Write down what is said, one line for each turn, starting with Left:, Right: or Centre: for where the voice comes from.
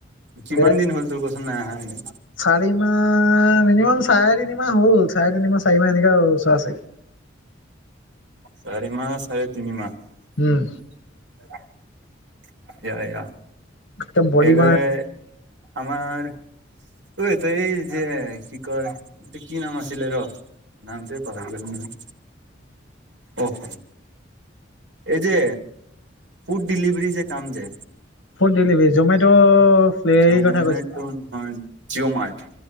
Right: কিমান
Left: এ
Right: দিন হ'ল তোৰ কচোন নাই অহা এনে?
Left: চাৰি মাহ মিনিমাম চাৰে তিনিমাহ হ'ল, চাৰে তিনিমাহ চাৰি মাহ এনেকা আৰু উচৰা-উচৰি।
Right: চাৰি মাহ চাৰে তিনিমাহ
Left: উম।
Right: <inaudible> যা যা
Left: একদম বডি
Right: এইব <unintelligible>
Left: বনাই
Right: আমাৰ ত এইটো, এই যে কি কয় এইটো কি নাম আছিলে ৰ' নামটোএ পাহৰিলো নহয়, অহ এই যে, ফুড ডিলিভৰি যে কাম যে
Left: ফুড ডেলিভাৰী, জমেট হেৰি
Right: জমেট
Left: কথা
Right: ন, জিঅ'মাৰ্ট।